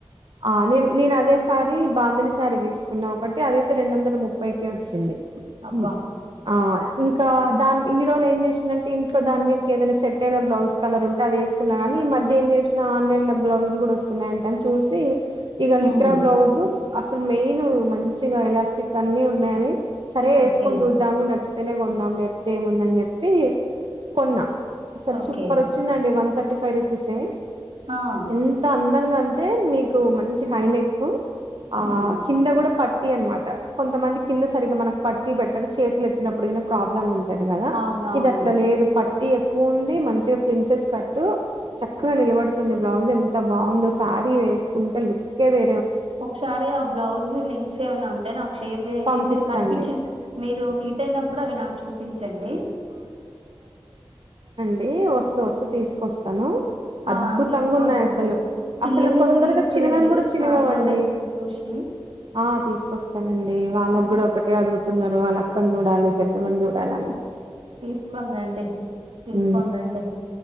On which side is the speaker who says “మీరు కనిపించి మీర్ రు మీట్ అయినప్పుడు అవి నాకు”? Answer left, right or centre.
Right